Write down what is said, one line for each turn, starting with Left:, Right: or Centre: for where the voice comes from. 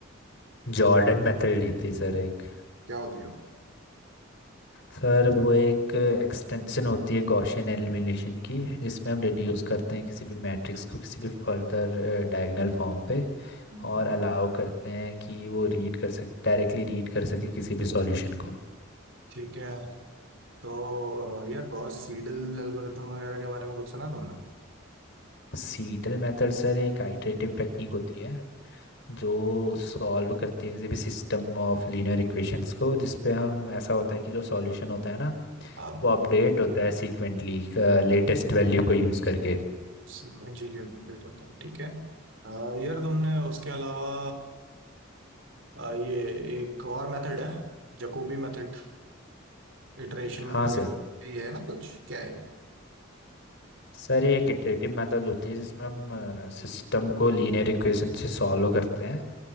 Left: Jordan method ली थी सर एक
Right: क्या होती हो
Left: सर वो एक एक्सटेंशन होती है गॉसियन एलिमिनेशन की जिसमें हम रिड्यूस करते हैं किसी भी मैट्रिक्स को किसी भी फर्दर डायगोनल फॉर्म पे
Right: हम्म।
Left: और अलाउ करते हैं कि वो रीड कर सक डायरेक्टली रीड कर सके किसी भी सॉल्यूशन को
Right: ठीक है तो अ, यार गॉस सीडल एल्गोरिथम वगैरह के बारे में कुछ सुना तुमने
Left: सीडल मेथड सर एक आइटरेटिव
Right: हम्म।
Left: टेक्निक होती है जो सॉल्व करती है किसी भी सिस्टम ऑफ लीनियर इक्वेशंस को जिसपे हम ऐसा होता है कि जो सॉल्यूशन होता है ना
Right: हाँ
Left: वो अपडेट होता है सीक्वेंटली लेटेस्ट वैल्यू को यूज़ करके
Right: सीक्वेंशियली अपडेट होता है ठीक है अ, यार तुमने उसके अलावा अ, ये एक और मेथड है जकोबी मेथड इटरेशन
Left: हाँ
Right: वगैरह
Left: सर
Right: ये है ना कुछ क्या है
Left: सर ये एक इटरेटिव मेथड होती है जिसमें हम सिस्टम को लीनियर इक्वेशन से सॉल्व करते हैं